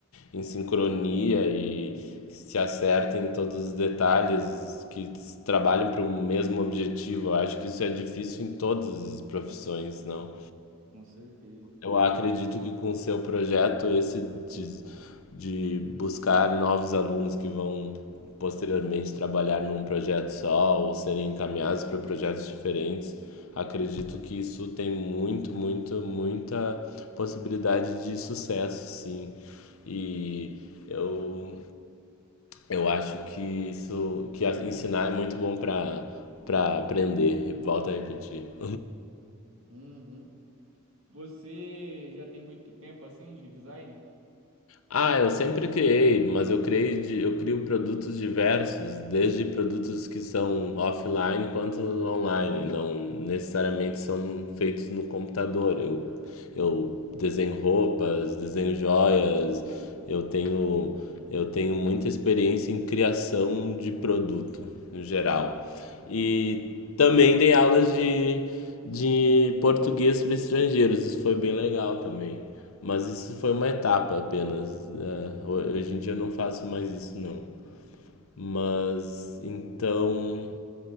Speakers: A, on the left; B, on the right.
A: em, em sincronia e que se acerte em todos os detalhes, que trabalhem para o mesmo objetivo. Eu acho que isso é difícil em todas as profissões, não?
B: Com certeza.
A: Eu acredito que com o seu projeto, esse de, de buscar novos alunos que vão posteriormente trabalhar num projeto só ou serem encaminhados para projetos diferentes, acredito que isso tem muito, muito, muita possibilidade de sucesso, sim. E eu, eu acho que isso, que a- ensinar é muito bom para para aprender, volto a repetir.
B: Uhum. Você já tem muito tempo assim de design?
A: Ah, eu sempre criei, mas eu criei de- eu crio produtos diversos, desde produtos que são offline quanto online, não necessariamente são feitos no computador. Eu, eu desenho roupas, desenho joias, eu tenho, eu tenho muita experiência em criação de produto, no geral. E também dei aulas de, de português para estrangeiros, isso foi bem legal também. Mas isso foi uma etapa apenas. né? hoje em dia eu não faço mais isso, não. Mas então,